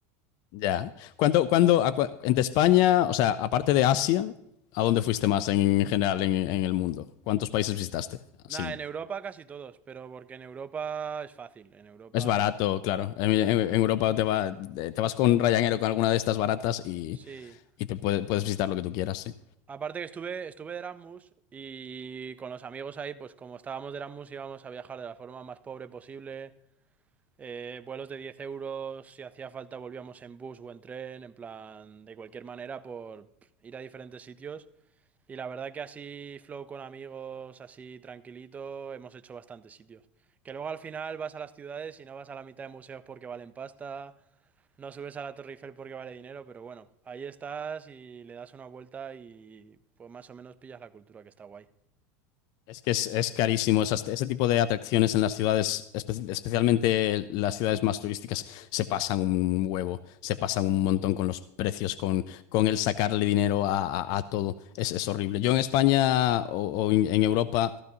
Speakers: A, on the left; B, on the right.
A: Ya. ¿Cuándo, cuándo, a cua- en de España, o sea, aparte de Asia, ¿a dónde fuiste más en, general en, en el mundo? ¿Cuántos países visitaste? Así,
B: Nada, en Europa casi todos, pero porque en Europa es fácil, en Europa
A: es barato, claro. En, en- en Europa te va- te vas con Ryanair o con alguna de estas baratas y,
B: sí.
A: y te puede- puedes visitar lo que tú quieras, sí.
B: Aparte que estuve, estuve de Erasmus y con los amigos ahí, pues como estábamos de Erasmus íbamos a viajar de la forma más pobre posible, eh, vuelos de 10 euros, si hacía falta volvíamos en bus o en tren, en plan, de cualquier manera por ir a diferentes sitios. Y la verdad que así flow con amigos, así tranquilito, hemos hecho bastantes sitios. Que luego al final vas a las ciudades y no vas a la mitad de museos porque valen pasta, no subes a la Torre Eiffel porque vale dinero, pero bueno, ahí estás y le das una vuelta y pues más o menos pillas la cultura que está guay.
A: Es que es, es carísimo. Esas- ese tipo de atracciones en las ciudades, espe- especialmente las ciudades más turísticas, se pasan un huevo, se pasan un montón con los precios, con, con el sacarle dinero a, a- a todo. Es, es horrible. Yo en España o, o en, en Europa,